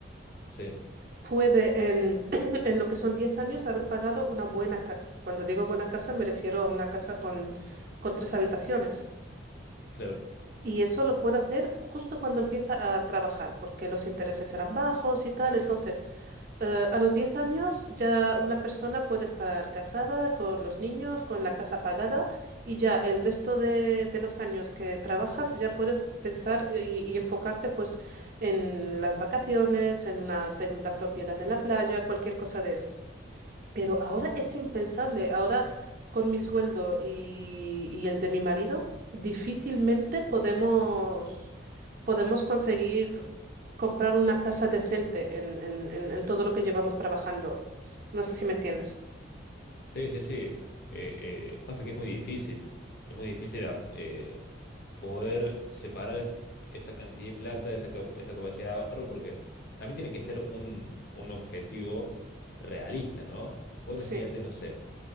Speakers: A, on the left; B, on the right.
A: Sí,
B: puede en, <clears throat> en lo que son 10 años haber pagado una buena casa. Cuando digo buena casa me refiero a una casa con, con tres habitaciones.
A: claro.
B: Y eso lo puede hacer justo cuando empieza a trabajar, porque los intereses eran bajos y tal. Entonces, Eh, a los 10 años ya una persona puede estar casada con los niños, con la casa pagada y ya el resto de, de los años que trabajas ya puedes pensar y, y enfocarte pues en las vacaciones, en una segunda propiedad en la playa, cualquier cosa de esas. Pero ahora es impensable. Ahora, con mi sueldo y, y el de mi marido, difícilmente podemos, podemos conseguir comprar una casa decente en, en- en- en todo lo que llevamos trabajando. No sé si me entiendes.
A: Sí, sí, sí. Eh, eh, pasa que es muy difícil. Es muy difícil a- eh, poder separar es- esa cantidad de plata, esa, cap- esa capacidad de ahorro, porque también tiene que ser un, un objetivo realista, ¿no? Vos imagínate,
B: Sí.
A: no sé,